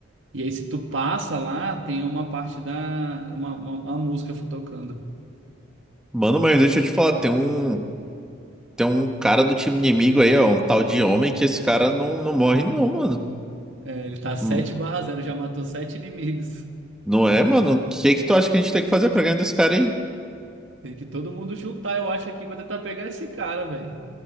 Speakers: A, on the right; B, in the centre.
A: E aí, se tu passa lá, tem uma parte da, uma, uma, uma música tocando.
B: Mano, mas deixa eu te falar, tem um, tem um cara do time inimigo aí, ó. Um tal de homem que esse cara não, não morre, não, mano.
A: É, Ele tá sete
B: Hum,
A: barra zero, já matou sete inimigos.
B: Não é, mano? O que é que tu acha que a gente tem que fazer pra ganhar desse cara aí?
A: Tem que todo mundo juntar, eu acho, aqui pra tentar pegar esse cara, velho.